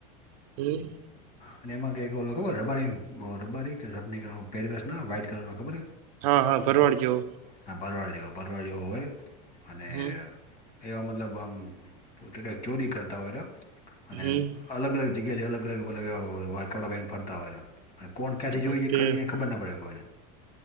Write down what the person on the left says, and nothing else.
અને એમાં કઈક ઓ ખબર રબારી રબારી કેની પર વ્હાઈટ કલરનો ખબર
હા બરવાડ જેવ બરવાડ જેવો હોય અને
એવા મતલબ આમ પોતે કાંઈક ચોરી કરતા હોય છ અને
અલગ અલગ જગ્યા જે અલગ અલગ મતલબ કપડા પ ફરતા હોય કોણ ક્યાંથી જોઈએ
એ ખરી ખબર ના પડે કોઈને